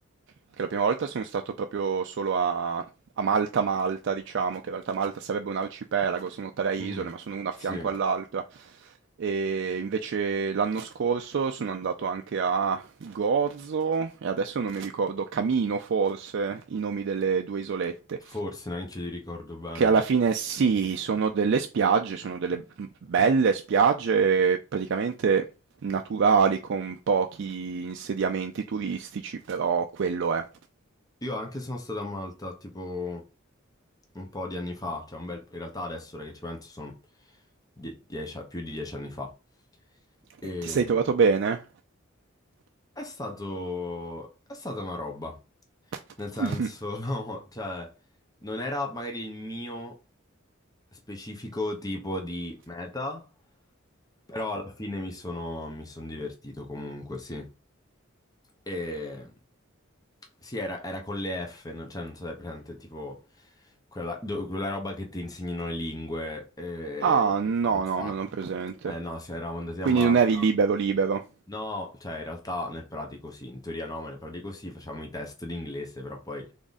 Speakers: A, on the right; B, on the left.
A: perché la prima volta sono stato proprio solo a a Malta Malta, diciamo, che in realtà Malta sarebbe un arcipelago, sono tre isole,
B: Mhm.
A: ma sono una a fianco
B: Sì,
A: all'altra. E invece l'anno scorso sono andato anche a Gozo e adesso non mi ricordo, Camino forse, i nomi delle due isolette.
B: forse neanche io li ricordo bene.
A: Che alla fine sì, sono delle spiagge, sono delle belle spiagge praticamente naturali con pochi insediamenti turistici, però quello è.
B: Io anche sono stato a Malta, tipo, un po' di anni fa, cioè un bel... In realtà adesso, ora che ci penso, sono die- dieci- più di dieci anni fa. E...
A: E ti sei trovato bene?
B: È stato... è stata una roba.
A: <laughs>
B: Nel senso,
A: Mh-mh.
B: <laughs> no, cioè, non era magari il mio specifico tipo di meta, però alla fine mi sono, mi son divertito comunque, sì. E... Sì, era, era con le F, no? Cioè, non so se è presente, tipo, quella, do- quella roba che ti insegnano le lingue, eh,
A: Ah, no,
B: che fa un sacco.
A: no, non ho presente.
B: Eh no, sì, eravamo andati
A: Quindi
B: a Malta.
A: non eri libero libero.
B: No, cioè in realtà nel pratico sì, in teoria no, ma nel pratico sì, facciamo i test d'inglese, però poi